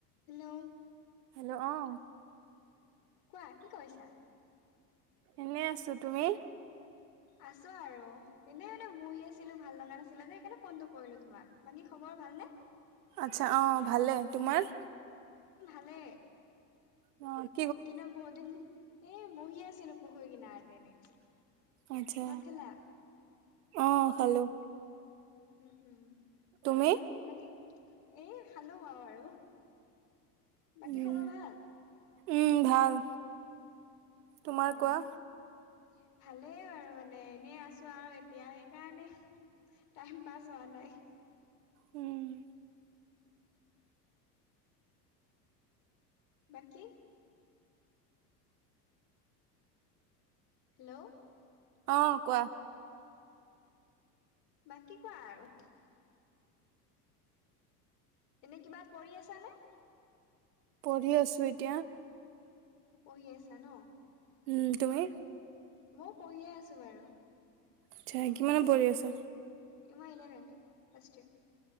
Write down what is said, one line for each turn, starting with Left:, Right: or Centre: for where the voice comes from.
Left: Hello.
Right: Hello অঁ।
Left: কোৱা কি কৰিছা?
Right: এনেই আছো, তুমি?
Left: আছো আৰু। এনেই মানে বহি আছিলো ভাল লগা নাছিলে যে সেইকাৰণে ফোনটো কৰিলো তোমাক, বাকী খবৰ ভাল নে?
Right: আৎচ্ছা অঁ ভালে, তোমাৰ?
Left: এ ভালে।
Right: অঁ'।
Left: কিন্তু বহুত দিন, এই বহি আছিলো পুখুৰী কিনাত এনেই।
Right: আৎচ্ছা,
Left: ভাত খালা?
Right: অঁ খালো।
Left: উম' উম'।
Right: তুমি?
Left: বাকী এ খালোং আৰু আৰু, বাকী
Right: উম
Left: খবৰ ভাল?
Right: উম ভাল, তোমাৰ
Left: অ'।
Right: কোৱা?
Left: ভালেই আৰু মানে এনেই আছো আৰু এতিয়া, সেইকাৰণে। টাইম পাছ হোৱা নাই।
Right: উম'।
Left: বাকী- হেল্লৌ'
Right: অঁ কোৱা?
Left: বাকি কোৱা আৰু? এনেই কিবা কৰি আছা নে?
Right: পঢ়ি আছোঁ এতিয়া।
Left: পঢ়ি আছা ন?
Right: উম', তুমি?
Left: মও পঢ়িয়ে আছো বাৰু।
Right: আৎচ্ছা, কিমানত পঢ়ি আছা?
Left: এইবাৰ ইলেভেন ফাষ্ট ইয়াৰ।